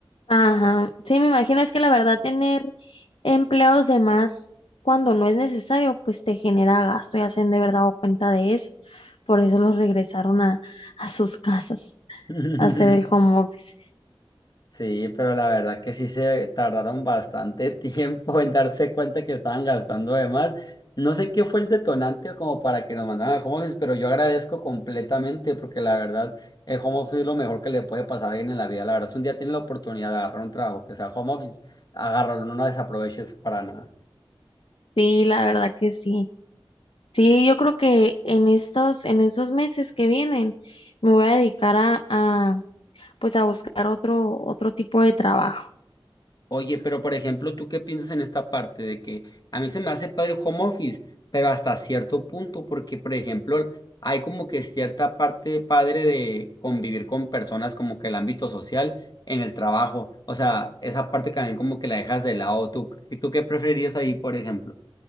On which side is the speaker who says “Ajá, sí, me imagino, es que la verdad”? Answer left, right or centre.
Left